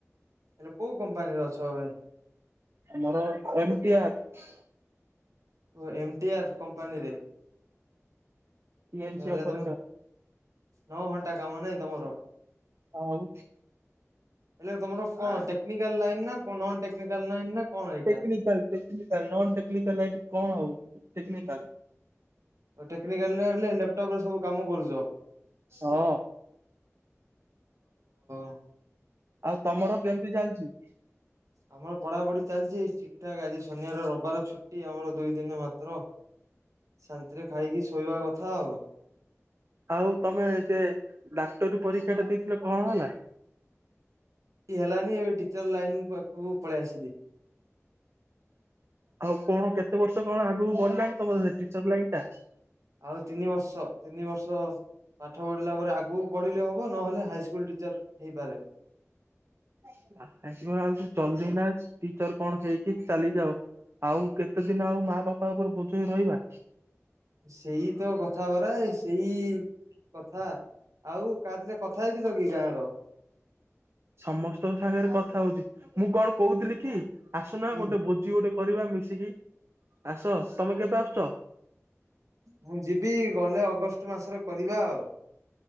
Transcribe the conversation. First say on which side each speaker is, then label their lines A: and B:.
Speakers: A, on the right; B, on the right.
A: ଏଲେ କୋଉ କମ୍ପାନୀରେ ଅଛ ଏବେ?
B: ଆମର ଏମ ଟି ଆର।
A: ଓ ଏମ ଟି ଆର କମ୍ପାନୀ ରେ।
B: ଟି ଏନ ସି
A: ହେଲେ
B: ଅପରେଟର
A: ତମେ ନଅ ଘଣ୍ଟା। କାମ ନାଇଁ ତମର
B: ଆଉ
A: ହେଲେ ତମର କଣ ଟେ ଟେକ୍ନିକାଲ ଲାଇନ ନା ନନ ଟେକ୍ନିକଲ ଲାଇନ ନା। କଣ ଏଇଟା?
B: ଟେକ୍ନିକାଲ ଟେକ୍ନିକାଲ ନନ ଟେକ୍ନିକାଲ ଏଥି କଣ ଆଉ।
A: ଓ ଟେକ୍ନିକାଲ ରେ ବଲେ ଲାପଟପ ରେ ସବୁ କାମ କରୁଛ।
B: ହଁ।
A: ହଁ <unintelligible>
B: ଆଉ ତମର କେମିତି ଚାଲିଛି?
A: ଆମର ପଢାପଢି ଚାଲିଛି ଠିକ ଠାକ ଆଜି ଶନିବାର ରବିବାର ଛୁଟି ଆମର ଦୁଇ ଦିନ ମାତ୍ର। ଶାନ୍ତିରେ ଖାଇକି ଶୋଇବା କଥା ଆଉ।
B: ଆଉ ତମେ ସେ ଡାକ୍ତରୀ ପରୀକ୍ଷା ଟା ଦେଇଥିଲ କଁ ହେଲା?
A: ଟି ହେଲାନି ଏବେ ଟିଚର ଲାଇନ ପାଖକୁ ପଳେଇ ଆସିଲି।
B: ଆଉ କଣ କେତେ ବର୍ଷ କଣ ଆଗକୁ ଗଡିଲାଣି ତମର ସେ ଟିଚର ଲାଇନି ଟା‌।
A: ଆଉ ତିନି ବର୍ଷ। ତିନି ବର୍ଷ ପାଠ ପଢ଼ିଲା ପରେ ଆଗକୁ ପଢ଼ିଲେ ହବ ନହେଲେ ହାଇସ୍କୁଲ ଟିଚର୍ ହେଇପା ହ
B: <unintelligible> ଚଲେଇ ନାହାଁନ୍ତି ଟିଚର କଣ ହେଇକି ଚାଲିଯା ଆଉ କେତେ ଦିନ ଆଉ ମା ବାପା ଉପରେ ବୋଝ ହେଇ ରହିବା?
A: ସେଇ ତ କଥାପରା ସେଇ କଥା ଆଉ କାଥିରେ କଥା ହେଇଥିଲ କି ଗାଁ ର
B: ସମସ୍ତଙ୍କ ସାଙ୍ଗରେ କଥା ହୋଉଚି ମୁଁ କଣ କହୁଥିଲି କି ଆସୁନା
A: ହୁଁ
B: ଗୋଟେ ଭୋଜି ଗୋଟେ କରିବା ମିଶିକି ଆସ। ତମେ କେବେ ଆସୁଛ
A: ମୁଁ ଯିବି ଗଲେ ଅଗଷ୍ଟ ମାସର କରିବା ଆଉ